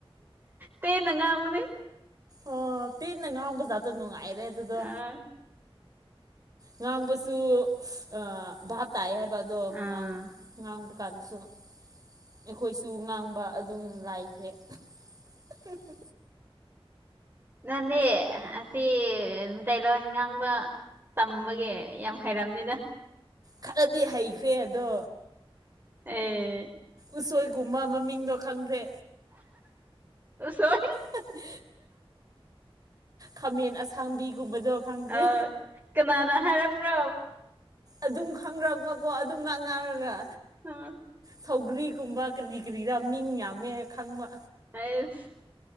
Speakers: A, on the right (about 20°); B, on the right (about 40°).
A: ꯇꯦꯟꯅ ꯉꯥꯡꯉꯨꯅꯦ
B: ꯑꯣ ꯇꯦꯟꯅ ꯉꯥꯡꯕ ꯖꯥꯠꯇꯣ ꯅꯨꯡꯉꯥꯏꯔꯦ ꯑꯗꯨꯗꯣ
A: ꯑꯥ
B: ꯉꯥꯡꯕꯁꯨ ꯑꯥ ꯚꯥꯞ ꯇꯥꯏ ꯍꯥꯏꯕ ꯑꯗꯣ
A: ꯑꯥ
B: ꯉꯥꯡ ꯉꯥꯡꯕ ꯀꯥꯟꯗꯁꯨ ꯑꯩꯈꯣꯏꯁꯨ ꯉꯥꯡꯕ ꯑꯗꯨꯝ ꯂꯥꯏꯈ꯭ꯔꯦ <unintelligible>
A: ꯅꯪꯗꯦ ꯑꯁꯤ ꯃꯤꯇꯩ ꯂꯣꯟ ꯉꯥꯡꯕ ꯇꯝꯕꯒꯤ ꯌꯥꯝ ꯍꯩꯔꯝꯅꯤꯗ
B: ꯈꯔꯗꯤ ꯍꯩꯈ꯭ꯔꯦ ꯑꯗꯣ
A: ꯑꯥ
B: ꯎꯁꯣꯏꯒꯨꯝꯕ ꯃꯃꯤꯡꯗꯣ ꯈꯪꯈ꯭ꯔꯦ
A: ꯎꯁꯣꯏ
B: <unintelligible> ꯈꯥꯃꯦꯟ ꯑꯁꯤꯟ ꯈꯥꯡꯕꯤꯒꯨꯝꯕꯗꯣ ꯈꯪꯈ꯭ꯔꯦ
A: ꯑ ꯀꯅꯥꯅ ꯍꯥꯏꯔꯛꯕ꯭ꯔꯣ
B: ꯑꯗꯨꯝ ꯈꯪꯔꯛꯄꯀꯣ ꯑꯗꯨꯝ ꯉꯥꯛ ꯉꯥꯡꯔꯒ
A: ꯎꯝ
B: ꯁꯧꯒ꯭ꯔꯤꯒꯨꯝꯕ ꯀꯔꯤ ꯀꯔꯤꯔ ꯃꯤꯡ ꯌꯥꯝꯃꯦ ꯈꯪꯕ
A: ꯑꯩꯁ